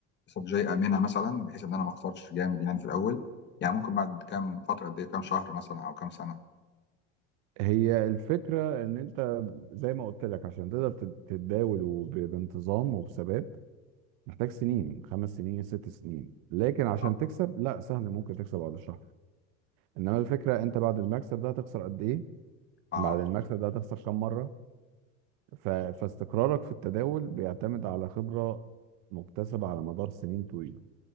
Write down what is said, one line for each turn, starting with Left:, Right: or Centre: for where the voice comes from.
Left: استراتيجيه امنه مثلا بحيث ان انا ما اخسرش جامد يعني في الاول يعني ممكن بعد كام فتره قد ايه كام شهر مثلا او كام سنه
Right: هي الفكرة ان انت زي ما قلت لك عشان تقدر تت- تتداول وب- بانتظام وبثبات محتاج سنين خمس سنين ست سنين لكن عشان
Left: اه
Right: تكسب لا سهل ممكن تكسب بعد شهر انما الفكرة انت بعد المكسب ده هتخسر قد ايه
Left: آه،
Right: بعد المكسب ده هتخسر كم مرة ف... فاستقرارك في التداول بيعتمد على خبرة مكتسبة على مدار سنين طويلة